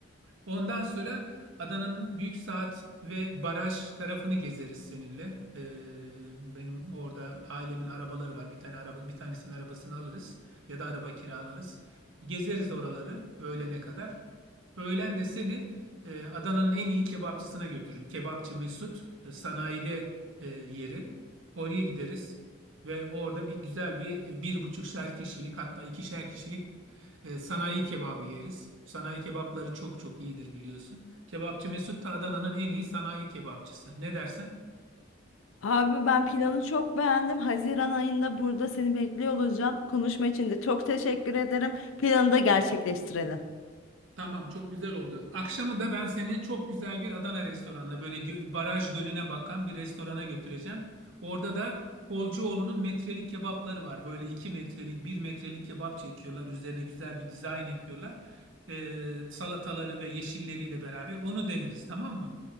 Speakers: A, on the right (about 75°); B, on the left (about 80°).
A: Ondan sonra Adana'nın Büyük Saat ve Baraj tarafını gezeriz seninle. Ee, benim orada ailemin arabaları var. Bir tane araba, bir tanesinin arabasını alırız ya da araba kiralarız. Gezeriz oraları öğlene kadar. Öğlen de seni e, Adana'nın en iyi kebapçısına götürürüm. Kebapçı Mesut e, sanayide e, yeri. Oraya gideriz ve orada bir güzel bir e, bir buçukşer kişilik hatta ikişer kişilik e, sanayi kebabı yeriz. Sanayi kebapları çok çok iyidir biliyorsun. Kebapçı Mesut da Adana'nın en iyi sanayi kebapçısı. Ne dersin?
B: Abi ben planı çok beğendim. Haziran ayında burada seni bekliyor olacağım. Konuşma için de çok teşekkür ederim. Planı da gerçekleştirelim.
A: Tamam çok güzel oldu. Akşamı da ben seni çok güzel bir Adana restoranına böyle gö- baraj gölüne bakan bir restorana götüreceğim. Orada da Kolcuoğlu'nun metrelik kebapları var. Böyle iki metrelik, bir metrelik kebap çekiyorlar. Üzerine güzel bir dizayn yapıyorlar. Ee, salataları ve yeşilleriyle beraber onu deneriz tamam mı?